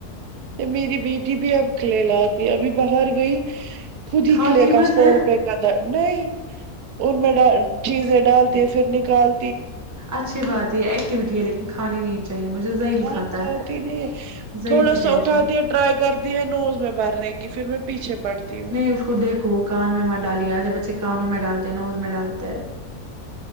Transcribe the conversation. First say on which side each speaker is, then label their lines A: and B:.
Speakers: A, on the right (about 85°); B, on the right (about 15°).
A: میری بیٹی بھی اب کلے اے آتی ابھی باہر گئی خود ہی
B: کھاتی
A: کلے کا
B: مت
A: سو
B: ہے
A: روپے نہیں ان میں چیزیں ڈالتی ہے پھر نکال
B: اچھی بات یہ ایکٹیوٹی ہے لیکن کھانی نہیں چاہیے مجھے زعیم
A: گھاس
B: کھاتا
A: کھاتی
B: ہے
A: نہیں
B: زعیم
A: تھوڑا
B: کی
A: سا
B: ٹینشن
A: اٹتھاتی ٹرائی کرتی ہے نوز میں بھرنے کی پھر میں پیچھے پڑتی ہوں
B: نہیں اس کو دیکھو کان میں ماں ڈالی گدے بچے کانوں میں ڈالتے ہیں نوز میں ڈالتے